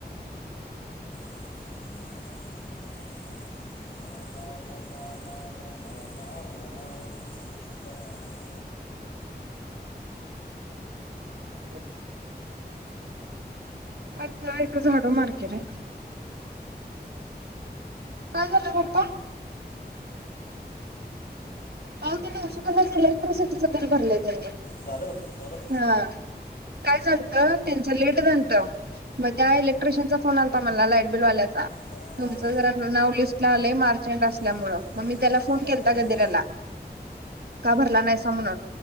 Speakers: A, on the left (about 60°); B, on the right (about 60°).
A: हम हम हम हम. ला ला ला ला ला ला ला ला निकाओ.
B: <unintelligible> <unintelligible> इथ झाडू मारकी रे. काय झालं पप्पा? आवो त्यानी <unintelligible> इलेक्ट्रिसिटीचं बिल भरलय.
A: झालं बघ सौरभ
B: हा, काय झालत त्यांचं लेट झालतं. म त्या इलेक्ट्रिशियनचा फोन आलता मला लाईट बिलवाल्याचा,
A: टाड्याव,
B: तुमचं जरा नाव लिस्ट लई मार्च एंड असल्यामुळे
A: टाड्याव,
B: म मी त्याला फोन
A: टाड्याव.
B: केलता गदिराला. का भरला नायसा म्हणून